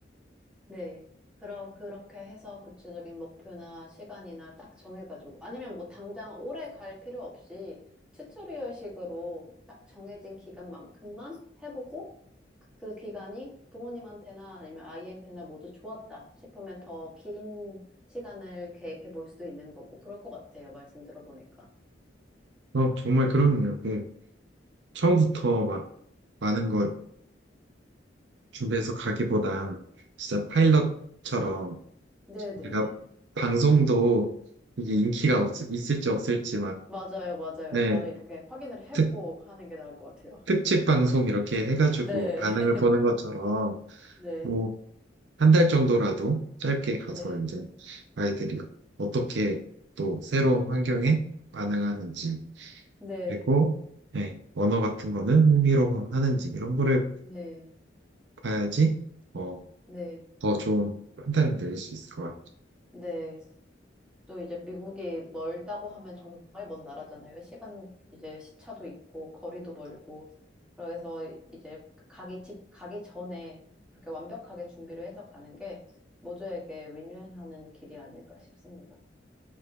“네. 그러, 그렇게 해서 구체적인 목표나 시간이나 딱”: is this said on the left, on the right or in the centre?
Centre